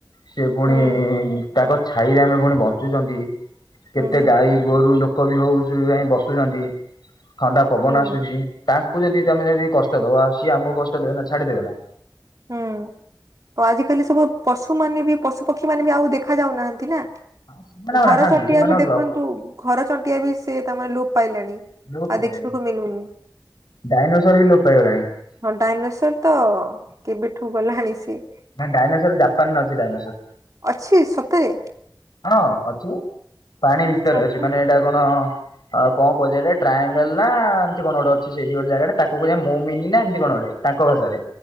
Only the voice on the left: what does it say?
ସେ
ପୁଣି ତାଙ୍କ ଛାଇରେ ଆମେ ପୁଣି ବଞ୍ଚୁଚନ୍ତି। କେତେ
ଗାଈ ଗୋରୁ, ଲୋକ ବି ହଉ ସେ ଜାଇ ବସୁଛନ୍ତି। ଥଣ୍ଡା ପବନ
ଆସୁଚି ତାଙ୍କୁ ଯଦି ତମେ ଯଦି କଷ୍ଟ ଦବ ସିଏ ଆମକୁ କଷ୍ଟ ଦେବେ ନା ଛାଡ଼ିଦେବେ ନା?
ସେମାନେ ଆଉ
ନାହାନ୍ତି
ସେମାନେ
ଆଉ
ଲୋପ ପାଇଲେଣି
ଡାଇନୋସର ବି ଲୋପ ପାଇଗଲାଣି
ନା ଡାଇନୋସର ଜାପାନରେ ଅଛି ଡାଇନୋସର।
ହଁ ପାଣି
ଭିତରେ
ଅଛି ମାନେ ଏଇଟା କଣ? ଆଉ କଣ କୁହାଯାଏ ଟ୍ରାଆଙ୍ଗଲେ ନା ଏମିତି କଣ ଗୋଟେ ଅଛି ସେଇଠି ଗୋଟେ ଜାଗାରେ ତାକୁ କୁହାଯାଏ ମୋମିନି ନା ଏମିତି କଣ ଗୋଟେ? ତାଙ୍କ ଭାଷାରେ।